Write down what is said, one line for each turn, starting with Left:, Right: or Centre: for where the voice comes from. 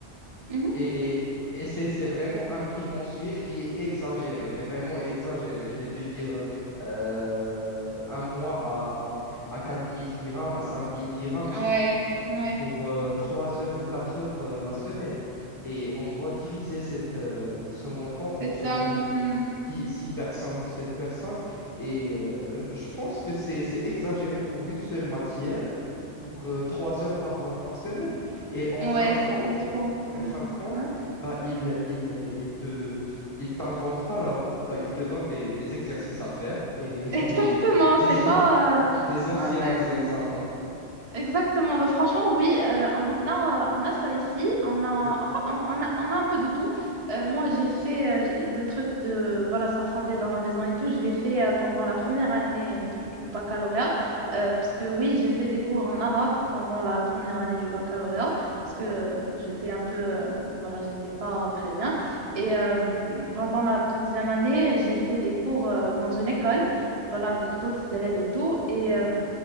Right: Mhm.
Left: Et, et c'est c'est vraiment un prix mensuel qui est exagéré, mais vraiment exagéré. Je vais te dire euh, un mois à, à, à 4 000 dirhams, à cinq mille dirhams, juste
Right: Ouais,
Left: pour,
Right: ouais,
Left: pour, euh, 3 heures ou 4 heures euh, la semaine. Et on doit diviser cette, euh, ce montant entre
Right: c'est ça.
Left: nous
Right: Hmm.
Left: six, six personnes ou sept personnes. Et euh, je pense que c'est, c'est exagéré pour une seule matière, pour euh, trois heures par, euh, par semaine. Et en
Right: Ouais,
Left: fin de
Right: c'était
Left: compte,
Right: trop. Hmm.
Left: en fin de compte,
Right: Ouais. <laughs>
Left: bah, il, il, euh, il te, il t'invente pas la roue, bah, il te donne des, des exercices à faire et
Right: Exactement,
Left: <laughs> des, des,
Right: c'est pas. euh,
Left: des anciens
Right: Ouais,
Left: examens.
Right: c'est- Exactement. Bah, franchement, oui, euh, on a, euh, on a ça ici. On a,
Left: Mhm.
Right: enfin, on on a, on a un peu de tout. Euh, moi, j'ai fait euh, j- le truc de voilà, se rassembler dans la maison et tout. Je l'ai fait euh, pendant la première année de- du baccalauréat. Euh, parce que oui, j'ai fait des cours en arabe pendant la première année du baccalauréat.
Left: D'accord.
Right: Parce que euh, j'étais un peu, euh, voilà, j'étais pas très bien. Et euh, pendant la deuxième année, j'ai fait des cours euh, dans une école, voilà, avec d'autres élèves et tout. Et euh,